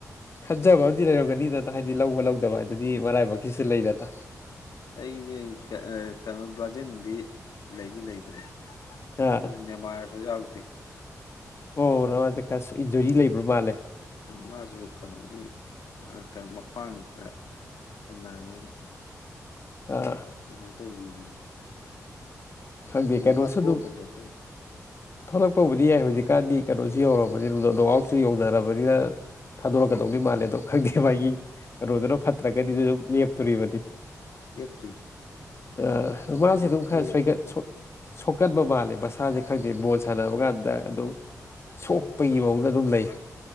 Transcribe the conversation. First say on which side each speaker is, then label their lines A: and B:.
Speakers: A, on the left; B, on the left.
A: ꯈꯥꯖ ꯑꯃꯗꯤ ꯔꯧꯒꯅꯤ ꯑꯅ ꯍꯥꯏꯗꯤ ꯂꯧꯕ ꯂꯧꯗꯕ ꯑꯗꯨꯗꯤ ꯃꯔꯥꯏꯕꯀꯤꯁꯨ ꯂꯩꯗꯅ
B: ꯑꯩꯁꯦ ꯀꯩꯅꯣ ꯕ꯭ꯔꯥꯖꯤꯟꯗꯤ ꯂꯩꯗꯤ ꯂꯩꯕꯅꯦ
A: ꯑꯥ
B: ꯑꯗꯨꯅꯦ ꯃꯥꯔꯖꯥꯎꯇ
A: ꯑꯣ ꯅꯗ ꯀ ꯏꯟꯖꯣꯔꯤ ꯂꯩꯕ꯭ꯔꯣ ꯃꯥꯜꯂꯦ
B: ꯃꯥꯁꯨ ꯀꯩꯅꯣꯒꯤ ꯀꯩꯅꯣ ꯃꯈ꯭ꯋꯥꯡ ꯈꯔ ꯑꯣꯅꯥ ꯌꯦꯟ
A: ꯑꯥ
B: ꯀꯃꯥꯏꯅ ꯇꯧꯈꯤꯕꯅꯦ
A: ꯈꯪꯗꯦ ꯀꯩꯅꯣꯁꯨ
B: ꯃꯥ ꯊꯣꯛꯂꯛꯀꯗ꯭ꯔꯥ
A: ꯑꯗꯨꯝ
B: ꯈꯪꯗꯦ
A: ꯊꯣꯛꯂꯛꯄꯕꯨꯗꯤ ꯌꯥꯏ ꯍꯧꯖꯤꯛꯀꯥꯟꯗꯤ ꯀꯩꯅꯣ ꯁꯤ ꯌꯧꯔꯕꯅꯤꯅ ꯅꯋꯥꯎꯁꯨ ꯌꯧꯅꯔꯕꯅꯤꯅ ꯊꯥꯗꯣꯔꯛꯀꯗꯧꯅꯤ ꯃꯥꯜꯂꯦ ꯑꯗꯣ ꯈꯪꯗꯦ ꯃꯥꯒꯤ ꯔꯣꯗꯔꯣ ꯐꯠꯇ꯭ꯔꯒꯗꯤ ꯑꯗꯨꯝ ꯂꯦꯞꯇꯣꯔꯤꯕꯗꯤ
B: ꯂꯦꯞꯇꯣꯏꯅꯤ
A: ꯑ ꯃꯥꯁꯦ
B: ꯑꯗꯨ
A: ꯑꯗꯨꯝ ꯈꯔ
B: ꯍꯌꯦꯡ
A: ꯁꯣꯏꯒꯠ ꯁꯣꯛꯀꯟꯕ ꯃꯥꯜꯂꯦ ꯃꯁꯥꯁꯦ ꯈꯪꯗꯦ ꯕꯣꯜ ꯁꯥꯟꯅꯕ ꯀꯥꯟꯗ ꯑꯗꯨꯝ ꯁꯣꯛꯄꯒꯤ ꯃꯍꯡꯗ ꯑꯗꯨꯝ ꯂꯩ